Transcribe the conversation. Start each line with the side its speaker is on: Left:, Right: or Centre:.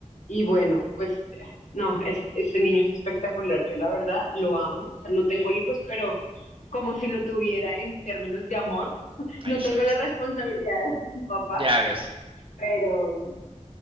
Left: y bueno, pues eh, no, es, ese niño es espectacular, yo la verdad lo amo. O sea, no tengo hijos, pero como si lo tuviera en términos de amor. <laughs> No
Right: Eso
Left: tengo
Right: es,
Left: las responsabilidades de mi papá,
Right: ya ves.
Left: pero,